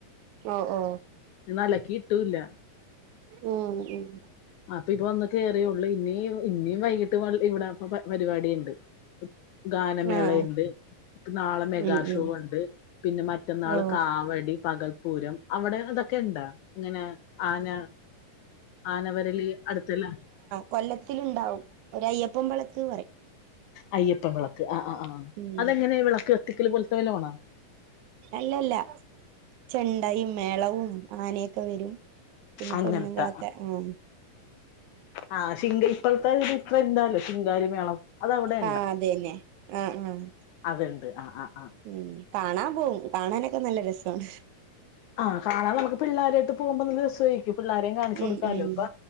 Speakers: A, on the right; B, on the left.
A: ഓ ഓ
B: അലക്കി ഇട്ടൂല്ല.
A: ഉം ഉം.
B: അപ്പൊ ഇപ്പൊ ഒന്ന് കേയറിയള്ളൂ ഇന ഇനിയും വൈകിട്ട് ഇവിടെപ്പ പരിപാടിണ്ട്. ഗാനമേള
A: ആഹ്
B: ഉണ്ട് നാളെ മെഗാ
A: ഉം
B: ഷോ
A: ഉം
B: ഉണ്ട്. പിന്നെ മറ്റന്നാള്
A: ഓ
B: കാവടി പകൽപ്പൂരം അവിടെ അതൊക്കെ ഉണ്ടാ. അങ്ങനെ ആന ആനവരലി അടുത്തല്ല.
A: കൊല്ലത്തിൽ ഉണ്ടാവും ഒരഅയ്യപ്പം വളത്ത് പറയും.
B: അയ്യപ്പം വിളക്ക് ആഹ് ആഹ് ആഹ്
A: ഉം
B: അതെങ്ങനെ വിളക്ക് കത്തിക്കല് പോലത്തെ വല്ല ആണോ.
A: അല്ലല്ല ചെണ്ടയും മേളവും ആനയൊക്കെ വരും. പിന്നെ
B: അങ്ങനത്ത.
A: പെണ്ണുങ്ങളൊക്കെ ആഹ്
B: ആഹ് <unintelligible> ഇപ്പ എന്താലോ ശിങ്കാരി മേളം. അത് അവിടെ
A: ആഹ് അതന്നെ ആഹ് ആഹ്
B: അതണ്ട് ആഹ് ആഹ് ആഹ്
A: ഉം കാണാൻ പോകും കാണാനൊക്കെ നല്ല രസമാണ്.
B: ആഹ് കാണാൻ നമുക്ക് പിള്ളാരെയായിട്ട് പോവുമ്പ ഒരു ദിവസമായിരിക്കും പിള്ളാരെയും കാണിച്ചു
A: ഉം
B: കൊടുക്കാല്ലോ
A: ഉം
B: ഇപ്പൊ